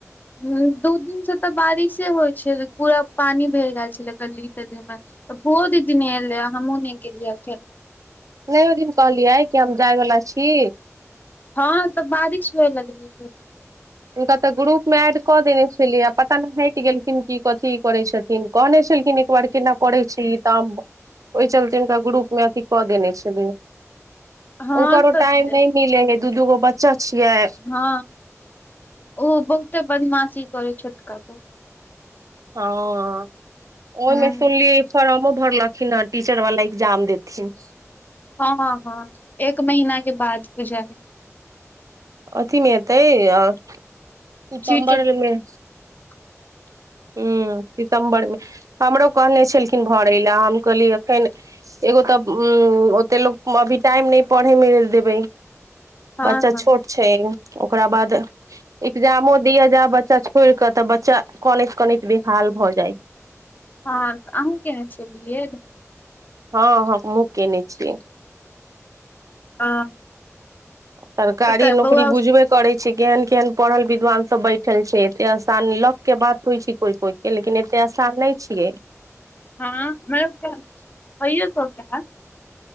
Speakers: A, on the left (about 35°); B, on the right (about 85°).
A: ह दू दिन से तऽ बारिशे होइ छल पूरा पानी भरि गेल छले गली तली मऽ त फोओदीदी नइ एलय हमहू ने गेलिय अखैन
B: नहि ओ दिन कहलियै कि हम जाइवला छी
A: हँ सब बारिश होए लगलै फेरसॅं
B: हुनका तऽ ग्रुपमे एड कऽ देने छलियै आ पता ने हटि गेलखिन कि कथी करैत छथिन कहने छलखिन उआर केना करै छी तब ओइ चलते हुनका ग्रुप मे अथी कऽ देने छलियै
A: हँ
B: ऊकरो
A: तऽ
B: टाइम नहि मिलै है दू दूगो बच्चा छियै
A: हँ ओ बहुते बदमाशी करै छोटका बहुत
B: हँ ओमिसली
A: हूँ
B: फारमो भरलखिन आ टीचर वाला एग्जाम देथिन
A: हँ हँ हँ एक महीना के बाद पूजा है
B: अथी मे एतै आ सीचमबरमे
A: चीटर <unintelligible>
B: हूं सितम्बरमे हमरो कहने छलखिन भरय लए हम कहलिय एखन एगो तऽ उ ओते लोग अभी टाइम न पढ़े मे देबे
A: हँ
B: बच्चा
A: हँ
B: छोट छै एगो ओकरा बाद एग्जामो दिय जा बच्चा छोड़ क त बच्चा कानत कानत बिहाल भ जाइ
A: हँ अहूं खेने छियै बी एड
B: ह हमहु केने छियै
A: हँ
B: सरकारी
A: तऽ
B: नौकरी
A: बौआ
B: बुझबै करै छै केहन केहन पढ़ल विद्वान सब बैठल छै एते आसान लक के बात होइ छै कोइ कोइ ई लेकिन एते आसान नहि छियै
A: हँ कहहिए त क <unintelligible>